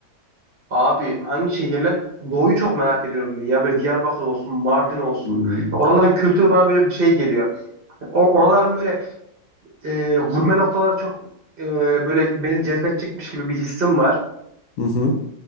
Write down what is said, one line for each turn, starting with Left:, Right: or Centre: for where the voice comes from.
Right: Abi hangi şehirler? Doğu'yu çok merak ediyorum ben. Ya böyle Diyarbakır olsun, Mardin olsun.
Left: Hmm,
Right: Oraların kültürü bana böyle bir şey geliyor. O, oraların böyle e, gurme noktaları çok e, böyle beni cezbedecekmiş gibi bir hissim var.
Left: Hı hı.